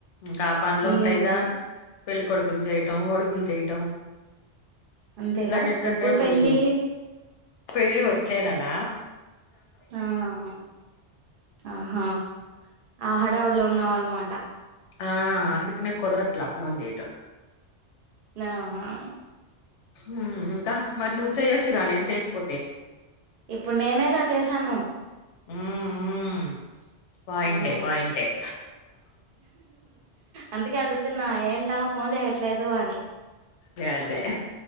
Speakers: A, on the left; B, on the right.
A: ఇంకా ఆ పనులు
B: మ్మ్
A: ఉంటాయిగా పెళ్లి కొడుకుని చేయి. ఆహ్ ఒడుగులు చేయటం
B: అంతేగా
A: వీట్లన్నిటికంటే
B: ఎప్పుడు పెళ్ళి
A: ముందు. పెళ్ళి వచ్చేనెల.
B: ఆహ్ ఆహా ఆహ్ ఆ హడావిడుల్లో ఉన్నావన్న. మాట.
A: ఆహ్ అందుకాని కుదరట్లే ఫోన్ చేయటం.
B: ఆహ్ ఆహ్.
A: ఉమ్ ఇంకా మరి నువ్వు చెయ్యొచ్చుగా నేను చేయకపోతే.
B: ఇప్పుడు నేనేగా చేసాను.
A: ఉమ్ ఉమ్. పోయుంటాయి
B: మ్మ్
A: పోయుంటాయి.
B: అందుకే అడుగుతున్నా ఏంటా ఫోన్ చేయట్లేదు అని.
A: అదే